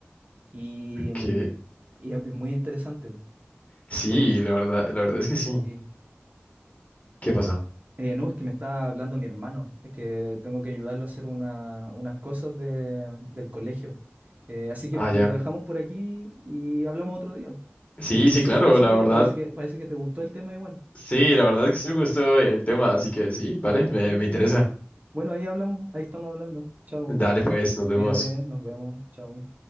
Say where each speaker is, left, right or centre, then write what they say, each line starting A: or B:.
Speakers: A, on the right; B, on the left.
A: Y,
B: Ok.
A: mm, y es y es muy interesante.
B: Sí,
A: Hoy,
B: la verdad, la verdad es que sí.
A: sí.
B: ¿Qué pasó?
A: Eh, no, es que me está hablando mi hermano, es que tengo que ayudarlo a hacer una- unas cosas de- del colegio. Eh, así que
B: Ah,
A: lo
B: ya.
A: dejamos por aquí y hablamos otro día.
B: Sí,
A: De filosofía,
B: sí, claro,
A: si
B: la
A: quieres,
B: verdad.
A: parece que, parece que te gustó el tema igual.
B: Sí, la verdad es que sí me gustó el tema, así que sí, vale, me,
A: Sí,
B: me
A: sí.
B: interesa.
A: Bueno, ahí hablamos, ahí estamos hablando. Chao.
B: Dale, pues, nos vemos.
A: Cuídate, nos vemos. Chao.